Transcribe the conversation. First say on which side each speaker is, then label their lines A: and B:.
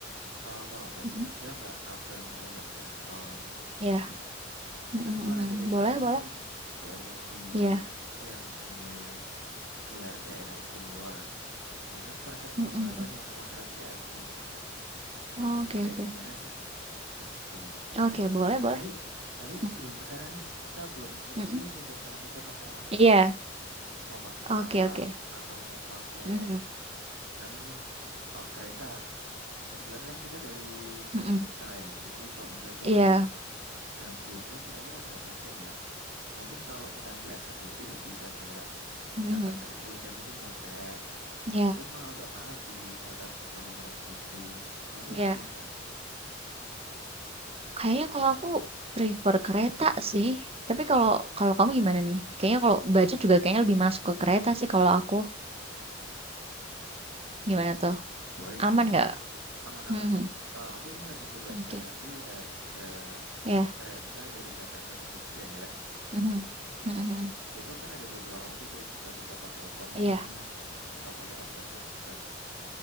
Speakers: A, on the right; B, on the right.
A: eh, kalau nggak
B: Mhm.
A: di Jogja nggak afdol nih kalau nggak keraton.
B: Ya, Mhm
A: Kan cuma
B: mhm.
A: ada beberapa
B: Boleh boleh.
A: nih daerah di
B: Iya.
A: Indonesia yang punya gelar daerah istimewa. Nah, ini aku penasaran
B: Mhm
A: sama
B: mhm.
A: keratonnya, sama kerajaan di Indonesia
B: Oke
A: tuh kayak
B: oke.
A: gimana sih gitu. Gitu.
B: Oke,
A: Eh,
B: boleh boleh.
A: tapi tapi
B: Mhm
A: sebelum ke sana nih, kita belum mikirin
B: mhm.
A: nih kesananya mau pakai apa.
B: Iya.
A: Mau pakai pesawat
B: Oke oke.
A: atau mau pakai
B: Mhm
A: anu nih, Oh kereta. Kebetulan kan kita dari Jakarta
B: mhm.
A: ya. Jadi kalau misalnya
B: Iya.
A: dari Gambir tuh kira-kira berapa jam ya? Mungkin kalau kita ambil eksekutif bisa kayak
B: Mhm.
A: 8 sampai 10 jam aja nyampe.
B: Iya
A: Tapi memang agak mahal sih di 400 atau 500 ribu. Kamu
B: iya.
A: gimana?
B: Kayaknya kalau aku prefer kereta sih, tapi kalau kalau kamu gimana nih? Kayaknya kalau baju juga kayaknya lebih masuk ke kereta sih kalau aku.
A: Hmm,
B: Gimana tuh?
A: boleh
B: Aman
A: sih.
B: nggak?
A: Aman-aman.
B: Mhm.
A: Eh, aku ini lagi coba
B: Oke.
A: cari harga
B: Iya.
A: kereta dari Jakarta ke Jogja ya.
B: Mhm. Mhm mhm.
A: Itu kan ada beberapa opsi tuh. Kita bisa pakai ekonomi
B: Iya.
A: atau pakai eksekutif kan.